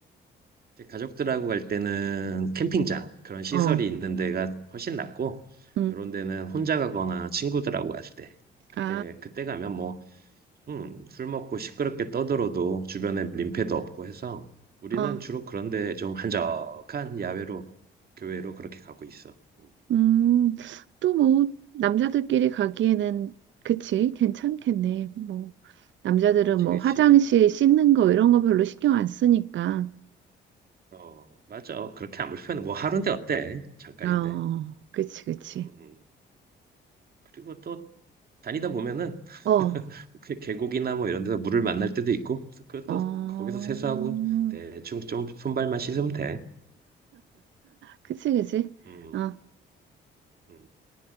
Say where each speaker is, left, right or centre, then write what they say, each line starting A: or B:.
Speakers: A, on the right (about 50°); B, on the right (about 70°).
A: 제 가족들하고 갈 때는 캠핑장 그런 시설이
B: 어,
A: 있는 데가 훨씬 낫고
B: 음.
A: 이런 데는 혼자 가거나 친구들하고 갈 때 그때
B: 아,
A: 그때 가면 뭐 음, 술 먹고 시끄럽게 떠들어도 주변에 민폐도 없고 해서 우리는
B: 어,
A: 주로 그런 데 좀 한적한 야외로 교외로 그렇게 가고 있어. 음,
B: 음. 또 뭐 남자들끼리 가기에는 그치, 괜찮겠네. 뭐 남자들은
A: 그치
B: 뭐
A: 그치.
B: 화장실 씻는 거 이런 거 별로 신경 안 쓰니까.
A: 어 맞아. 그렇게 안 불편해. 뭐 하루인데 어때? 잠깐인데.
B: 어, 그치, 그치.
A: 음, 음. 그리고 또 다니다 보면은
B: 어,
A: <laughs> 그 계곡이나 뭐 이런 데서 물을 만날 때도 있고 그래서 그것도
B: 어,
A: 거기서 세수하고 대충 좀 손발만 씻으면 돼.
B: 그치, 그치.
A: 음,
B: 어,
A: 음.